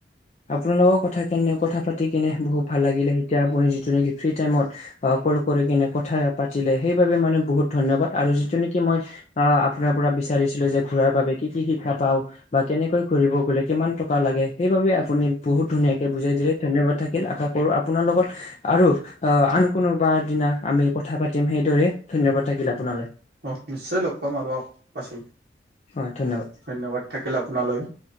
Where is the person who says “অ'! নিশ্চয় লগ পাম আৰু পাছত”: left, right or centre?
Right